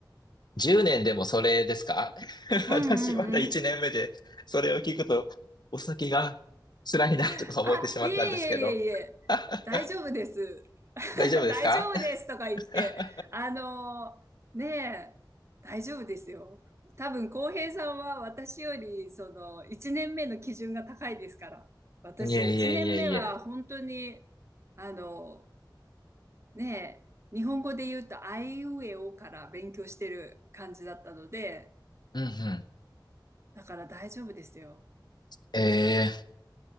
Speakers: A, on the left; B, on the right.
A: 10年でもそれですか <laughs>
B: うんうんうん。
A: 私まだ1年目で、それを聞くと、お先が辛いなとか思ってしまったんですけど。
B: <laughs> あ、いえいえいえいえ、
A: <laughs>
B: 大丈夫です。<laughs>
A: 大丈夫ですか
B: 大丈夫ですとか言って、
A: <laughs>
B: あのーねえ、大丈夫ですよ。多分、浩平さんは私より、その、1年目の基準が高いですから。私、
A: いえいえいえいえ。
B: 1年目は本当に、あのねえ、日本語で言うと、あいうえおから勉強してる感じだったので、
A: うんうん。
B: だから大丈夫ですよ。
A: えー、